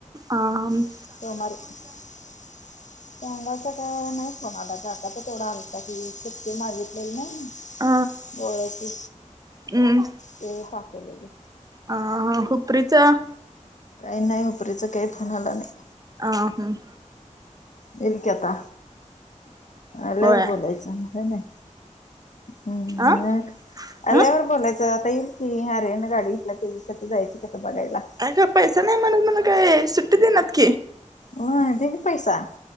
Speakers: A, on the right; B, on the left.
A: आ म
B: सोमारी सांगावचा काय नाही फोन आला काकाचा तेवढा आलता की ती एक चिठ्ठी मागी तलेलं नाही
A: अ
B: डोळ्याची
A: हम्
B: ते पाठवलेलीत.
A: अ हं हुपरीचं
B: काय नाही हुपरीचं काय फोन आला नाही.
A: आ हम्म
B: येईल की आता आल्यावर
A: होय अ
B: बोलायचं व्हय नाही. हम्म
A: अ
B: मग आल्यावर
A: अ
B: बोलायचं आता येईल की आर्यननं गाडी घेतल्या त्याच्यासाठी जायचं कि आता बघायला.
A: काका पैसा नाही म्हणून म्हणून काय सुट्टी देईनातकी.
B: हो ढीगं पैसा